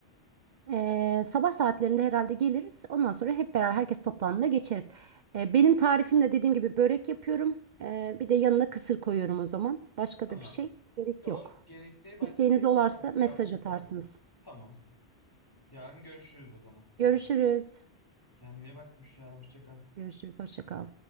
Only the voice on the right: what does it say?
Ee, sabah saatlerinde herhalde geliriz. Ondan sonra hep beraber herkes toplandığında geçeriz. Ee, benim tarifimle dediğim gibi börek yapıyorum. Ee, bir de yanına kısır koyuyorum o zaman. Başka
da bir şey gerek
yok.
İsteğiniz olarsa
mesaj
atarsınız.
Görüşürüz.
Görüşürüz. Hoşça kal.